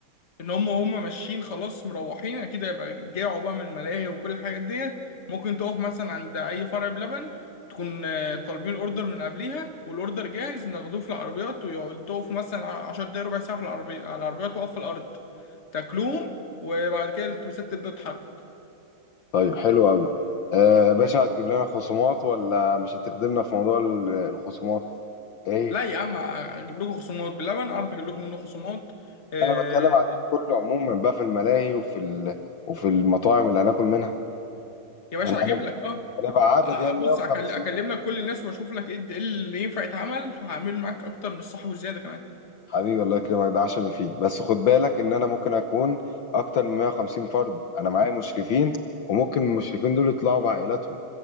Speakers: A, on the left (about 35°); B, on the left (about 65°).
A: ان هم هم ماشيين خلاص مروحين اكيد هيبقى جاعوا بقى من الملاهي وكل الحاجات ديت ممكن تقف مثلا عند اي فرع بلبن تكون آه، طالبين اوردر من قبليها والاوردر جاهز ناخدوه في العربيات ويقعدوا تقفوا مثلا ع- 10 دقايق ربع ساعة في العربية على العربيات واقف في الارض تاكلوهم وبعد كده الاتوبيسات تبدأ تتحرك
B: طيب حلو قوي آه باشا هتجيب لنا خصومات ولا مش هتخدمنا في موضوع ال- الخصومات ايه
A: لا يا عم اجيب لكم خصومات باللبن اعرف اجيب لكم منه خصومات آه،
B: انا بتكلم على اليوم كله عموما بقى في الملاهي وفي ال... وفي المطاعم اللي هناكل منها
A: يا باشا
B: هن-
A: اجيب لك آه.
B: هنبقى عدد
A: آه،
B: يعني
A: بص
B: 150
A: أكل- اكلم لك كل الناس واشوف لك ايه الد- إيه اللي ينفع يتعمل هعمل معاك اكتر من الصح والزياده كمان
B: حبيبي الله يكرمك ده عشمي فيك بس خد بالك ان انا ممكن اكون اكتر من 150 فرد انا معايا مشرفين وممكن المشرفين دول يطلعوا بعائلاتهم